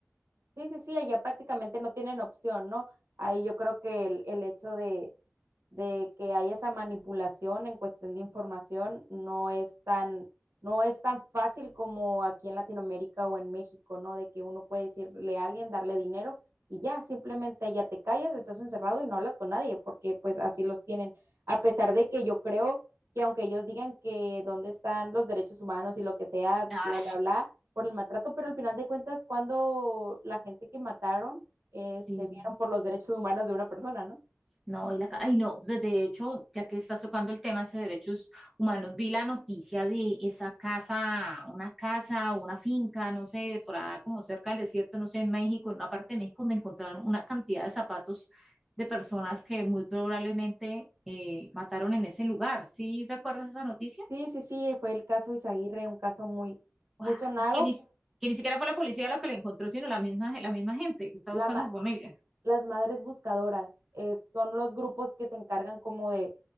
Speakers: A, on the right (about 70°); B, in the centre.
A: Sí, sí, sí, allá prácticamente no tienen opción, ¿no? Ahí yo creo que el, el hecho de, de que hay esa manipulación en cuestión de información, no es tan, no es tan fácil como aquí en Latinoamérica o en México, ¿no? De que uno puede decirle a alguien, darle dinero y ya, simplemente ya te callas, estás encerrado y no hablas con nadie, porque pues así los tienen. A pesar de que yo creo que aunque ellos digan que dónde están los derechos humanos y lo que sea,
B: ah
A: bla, bla, bla, por el maltrato, pero al final de cuentas, cuando la gente que mataron, este,
B: sí,
A: vieron por los derechos humanos de una persona, ¿no?
B: No, y la ca- ay, no, de de hecho, ya que estás tocando el tema ese de derechos humanos, vi la noticia de esa casa, una casa, una finca, no sé, por allá como cerca del desierto, no sé, en México, en una parte de México, donde encontraron una cantidad de zapatos de personas que muy probablemente eh, mataron en ese lugar. ¿Sí recuerdas esa noticia?
A: Sí, sí, sí, fue el caso Izaguirre, un caso muy,
B: ¡Guau!
A: muy sonado.
B: no, Que ni, si- que ni siquiera fue la policía la que la encontró, sino la misma, la misma gente que está
A: La
B: buscando
A: ma-
B: a su familia.
A: las madres buscadoras eh, son los grupos que se encargan como de,